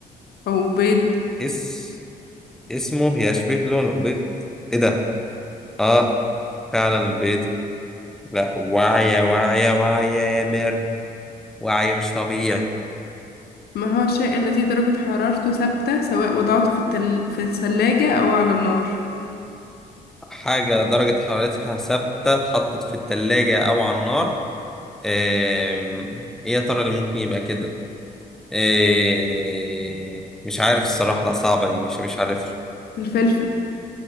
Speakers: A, on the left; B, in the centre.
A: أو بيض
B: اس اسمه يشبه لونه بيض ايه ده اه فعلا البيض لا واعية واعية واعية يا ميرن وعي مش طبيعي
A: ما هو الشيء الذي درجة حرارته ثابتة سواء وضعته في التل... في الثلاجة أو على النار
B: حاجة درجة حرارتها ثابتة اتحطت في التلاجة أو على النار آم، إيه يا ترى اللي ممكن يبقى كده آه، مش عارف الصراحة لأ صعبة دي مش مش عارف
A: الفلفل